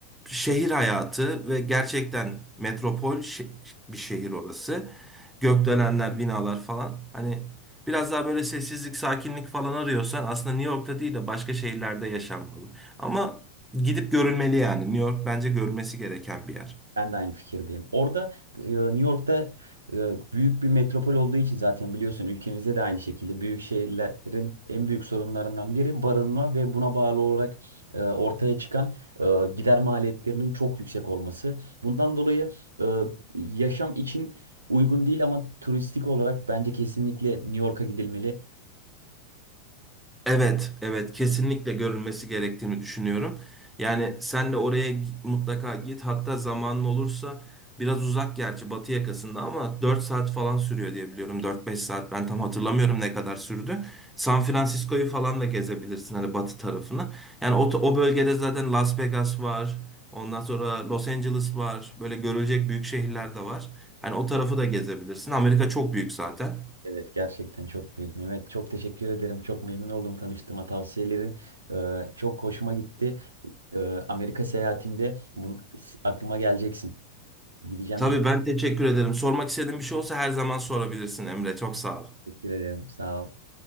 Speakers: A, in the centre; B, on the right.
A: şehir hayatı ve gerçekten metropol şe- bir şehir orası. Gökdelenler, binalar falan. Hani biraz daha böyle sessizlik, sakinlik falan arıyorsan aslında New York'ta değil de başka şehirlerde yaşanmalı. Ama gidip görülmeli yani. New York bence görülmesi gereken bir yer.
B: Ben de aynı fikirdeyim. Orada e, New York'ta e, büyük bir metropol olduğu için zaten biliyorsun ülkemizde de aynı şekilde büyük şehirlerin en büyük sorunlarından biri barınma ve buna bağlı olarak e, ortaya çıkan e, gider maliyetlerinin çok yüksek olması. Bundan dolayı e, yaşam için uygun değil ama turistik olarak bence kesinlikle New York'a gidilmeli.
A: Evet, evet kesinlikle görülmesi gerektiğini düşünüyorum. Yani sen de oraya gi- mutlaka git. Hatta zamanın olursa biraz uzak gerçi batı yakasında ama 4 saat falan sürüyor diye biliyorum. Dört beş saat ben tam hatırlamıyorum ne kadar sürdü. San Francisco'yu falan da gezebilirsin hani batı tarafını. Yani o, o bölgede zaten Las Vegas var. Ondan sonra Los Angeles var. Böyle görülecek büyük şehirler de var. Hani o tarafı da gezebilirsin. Amerika çok büyük zaten.
B: Evet gerçekten çok büyük Mehmet. Çok teşekkür ederim. Çok memnun oldum tanıştığıma. Tavsiyelerin e, çok hoşuma gitti. E, Amerika seyahatimde bun- aklıma geleceksin. Gideceğim
A: Tabii
B: diye
A: ben teşekkür ederim. Sormak istediğin bir şey olsa her zaman sorabilirsin Emre. Çok sağ ol.
B: teşekkür ederim. Sağ ol.